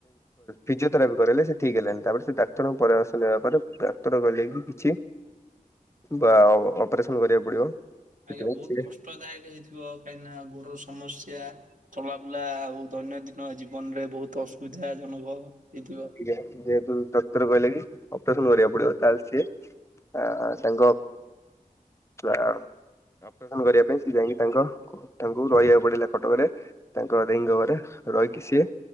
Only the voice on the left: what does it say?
ଫିଜିଓଥେରାପି କରାଇଲେ ସେ ଠିକ ହେଲାନି ତାପରେ ସେ ଡାକ୍ତରଙ୍କ ପରାମର୍ଶ ନବା ପରେ ଡାକ୍ତର କହିଲେ କିଛି ବା ଅପରେସନ କରିବାକୁ ପଡିବ ସେଥିପାଇଁ
ସେ
ଯେହେତୁ ଡ଼ାକ୍ତର କହିଲା କି ଅପରେସନ କରିବାକୁ ପଡିବ ତାହେଲେ ସିଏ ଆ ତାଙ୍କ ଅପରେସନ କରିବା ପାଇଁ ସ ଯାଇକି ତାଙ୍କ <unintelligible> ତାଙ୍କୁ ରହିବାକୁ ପଡିଲା କଟକରେ ତାଙ୍କ ଦେଇଙ୍କ ଘରେ ରହିକି ସିଏ